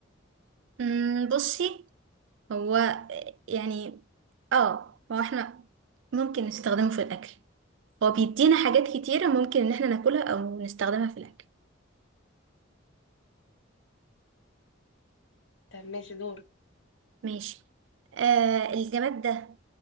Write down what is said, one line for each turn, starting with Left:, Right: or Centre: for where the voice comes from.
Right: أم، بصي هو يعني اه هو احنا ممكن نستخدمه في الأكل هو بيدينا حاجات كتيرة ممكن إن احنا ناكلها أو نستخدمها في الأكل
Left: طب ماشي دور
Right: ماشي آه الجماد ده